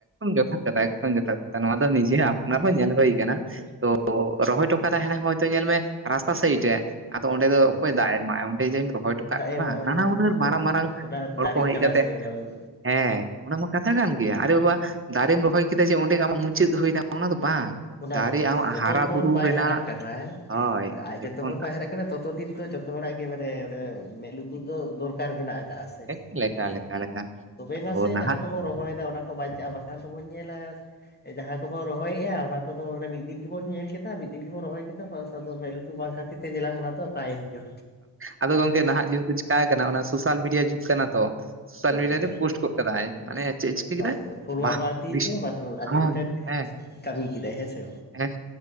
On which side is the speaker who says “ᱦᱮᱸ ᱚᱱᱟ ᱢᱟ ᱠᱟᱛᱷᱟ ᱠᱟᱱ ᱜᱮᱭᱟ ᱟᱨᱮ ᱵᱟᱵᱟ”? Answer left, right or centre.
Right